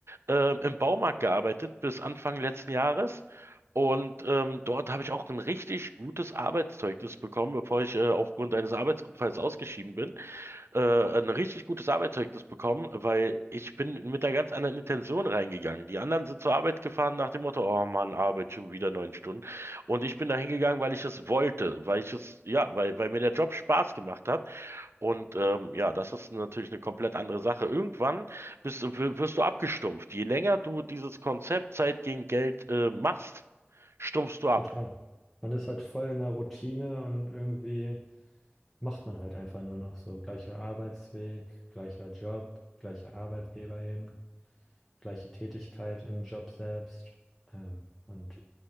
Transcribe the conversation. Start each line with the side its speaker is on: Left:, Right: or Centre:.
Right: ähm, im Baumarkt gearbeitet bis Anfang letzten Jahres und ähm, dort habe ich auch ein richtig gutes Arbeitszeugnis bekommen, bevor ich äh, aufgrund eines Arbeitsunfalls ausgeschieden bin. Äh, ein richtig gutes Arbeitszeugnis bekommen, weil ich bin mit einer ganz anderen Intention reingegangen. Die anderen sind zur Arbeit gefahren nach dem Motto, oh Mann, Arbeit schon wieder neun Stunden. Und ich bin da hingegangen, weil ich es wollte, weil ich es, ja, weil, weil mir der Job Spaß gemacht hat. Und ähm, ja, das ist natürlich eine komplett andere Sache. Irgendwann bist, du- w- wirst du abgestumpft. Je länger du dieses Konzept Zeit gegen Geld äh, machst, stumpfst du
Centre: total.
Right: ab.
Centre: Man ist halt voll in der Routine und irgendwie macht man halt einfach nur noch so gleicher Arbeitsweg, gleicher Job, gleicher Arbeitgeber eben, gleiche Tätigkeit im Job selbst. Ähm, und